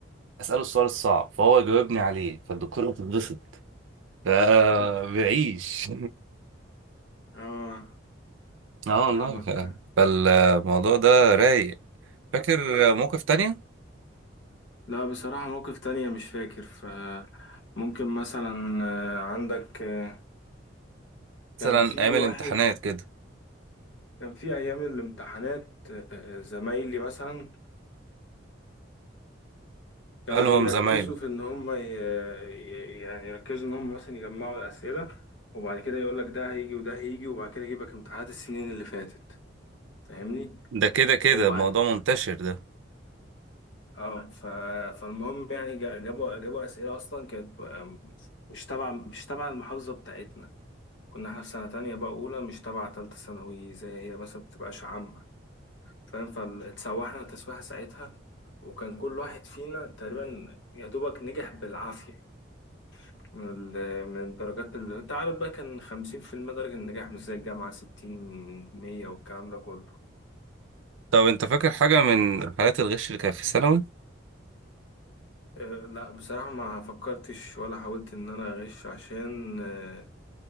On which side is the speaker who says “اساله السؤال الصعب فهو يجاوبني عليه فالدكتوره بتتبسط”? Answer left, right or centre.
Right